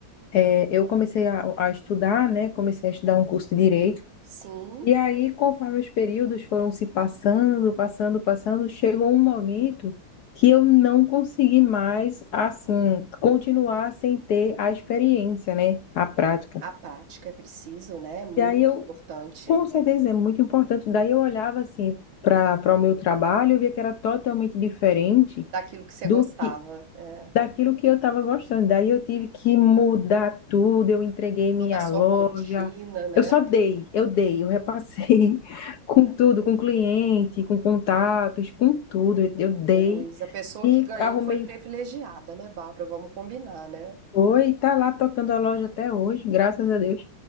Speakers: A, on the left (about 70°); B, on the right (about 75°).
A: eh, eu comecei a, a estudar, né? Comecei a estudar um curso de direito.
B: Sim,
A: E aí, conforme os períodos foram se passando, passando, passando, chegou um momento que eu não consegui mais, assim, continuar sem ter a experiência, né? A prática.
B: a prática é preciso, né? É muito
A: E aí eu,
B: importante
A: com certeza, é muito importante. Daí eu olhava, assim, para para o meu trabalho, eu via que era totalmente diferente
B: daquilo que você
A: do
B: gostava,
A: que
B: é,
A: daquilo que eu estava gostando. Daí eu tive que mudar tudo, eu entreguei minha
B: toda a sua
A: loja.
B: rotina, né?
A: Eu só dei, eu dei, eu repassei <laughs> com tudo, com cliente, com contatos, com tudo.
B: Que
A: Eu dei
B: coisa. A pessoa
A: e
B: que ganhou
A: arrumei
B: foi privilegiada, né, Bárbara? Vamos combinar, né?
A: foi, e tá lá tocando a loja até hoje, graças a Deus.